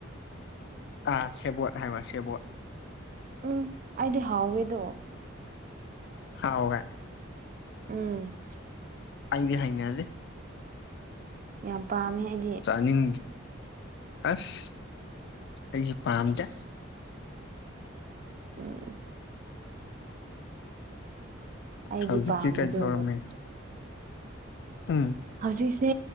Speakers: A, on the left (about 60°); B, on the right (about 40°).
A: ꯑꯥ ꯁꯦꯕꯣꯠ ꯍꯥꯏꯕ ꯁꯦꯕꯣꯠ
B: ꯎꯝ ꯑꯩꯗꯤ ꯍꯥꯎꯋꯦꯗꯣ
A: ꯍꯥꯎꯑꯦ
B: ꯎꯝ
A: ꯑꯩꯗꯤ ꯍꯩꯅꯗꯦ
B: ꯌꯥꯝ ꯄꯥꯝꯃꯦ ꯑꯩꯗꯤ
A: ꯆꯥꯅꯤꯡꯗꯦ ꯑꯁ ꯑꯩꯗꯤ ꯄꯥꯝꯗꯦ
B: ꯎꯝ ꯑꯩꯗꯤ
A: ꯍꯧꯖꯤꯛꯇꯤ
B: ꯄꯥꯝꯕꯗꯨ
A: ꯀꯩꯗꯧꯔꯝꯃꯤ ꯍꯝ
B: ꯍꯧꯖꯤꯛꯁꯦ